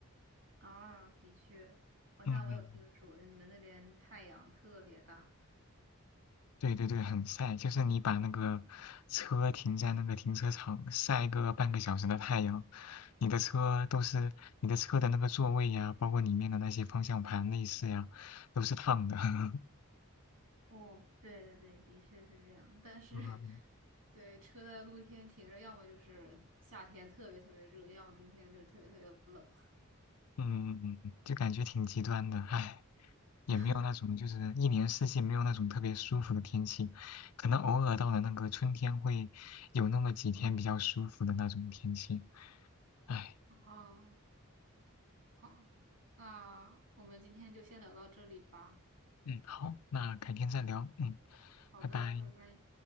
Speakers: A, on the right (about 55°); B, on the left (about 85°).
A: 啊，的确，好像我有听说，
B: 嗯嗯。嗯
A: 就你们那边太阳特别大。
B: 对对对，很晒，就是你把那个车停在那个停车场晒个半个小时的太阳，你的车都是你的车的那个座位呀，包括里面的那些方向盘、内饰呀，都是烫的。<laughs>
A: 哦，对对对，的确是这样。但是，
B: 嗯，
A: <laughs> 对，车在露天停着，要么就是夏天特别特别热，要么冬天就是特别特别冷。
B: 嗯，就感觉挺极端的，唉，也没有那种就是一年四季没有那种特别舒服的天气，
A: <laughs>
B: 可能偶尔到了那个春天会有那么几天比较舒服的那种天气，唉。
A: 啊，好，那我们今天就先聊到这里吧。
B: 嗯，好，那改天再聊。嗯，
A: 好的，
B: 拜拜。
A: 拜拜。